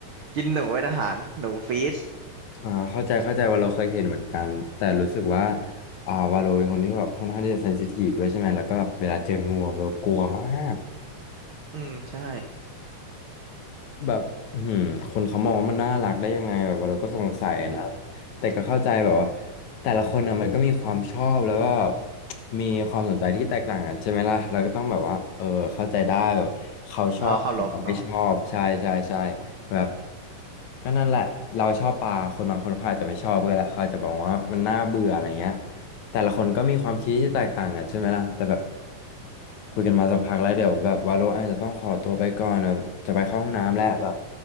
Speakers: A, on the right; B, on the left.
A: กินหนูเป็นอาหารหนูฟีส
B: อ่าเข้าใจเข้าใจว่าเราเคยเห็นเหมือนกันแต่รู้สึกว่าอ่าวาโลเป็นคนที่แบบค่อนข้างที่จะเซนซิทีฟด้วยใช่ไหมแล้วก็แบบเวลาเจองูอะเรากลัวมาก
A: อืมใช่
B: แบบอืมคนเขามองว่ามันน่ารักได้ยังไงแบบว่าเราก็สงสัยนะ
A: <laughs>
B: แต่ก็เข้าใจแบบว่าแต่ละคนนะมันก็มีความชอบแล้วก็มีความสนใจที่แตกต่างกันใช่ไหมล่ะเราก็ต้องแบบว่าเออเข้าใจได้แบบเขาชอบแต่เราไม่ชอบใช่ใช่ใช่
A: แล้วก็เคารพเนาะ
B: แบบก็นั่นแหละเราชอบปลาคนบางคนเขาอาจจะไม่ชอบก็ได้เขาอาจจะบอกว่ามันน่าเบื่ออะไรเงี้ย แต่ละคนก็มีความคิดที่แตกต่างกันใช่ไหมล่ะแต่แบบคุยกันมาสักพักแล้วเดี๋ยวแบบวาโลอาจจะต้องขอตัวไปก่อนนะจะไปเข้าห้องน้ำแล้วแบบ